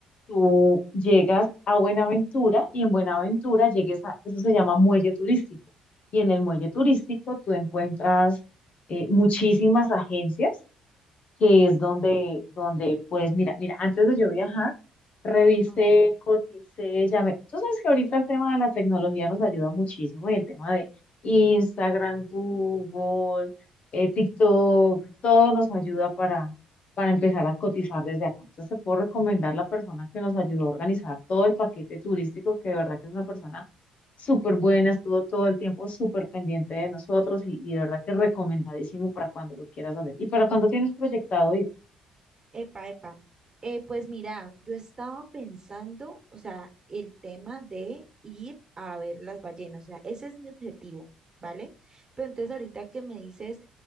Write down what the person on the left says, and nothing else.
tú llegas a Buenaventura y en Buenaventura llegues a, eso se llama muelle turístico. Y en el muelle turístico tú encuentras eh, muchísimas agencias que es donde, donde, pues, mira, mira, antes de yo viajar, revisé,
coticé, llamé. Tú sabes que ahorita el tema de la tecnología nos ayuda muchísimo y el tema de Instagram, Google, eh, TikTok, todo nos ayuda para, para empezar a cotizar desde acá. Entonces, te puedo recomendar la persona que nos ayudó a organizar todo el paquete turístico, que de verdad que es una persona súper buena, estuvo todo el tiempo súper pendiente de nosotros y, y de verdad que recomendadísimo para cuando lo quieras hacer y para cuando tienes proyectado ir.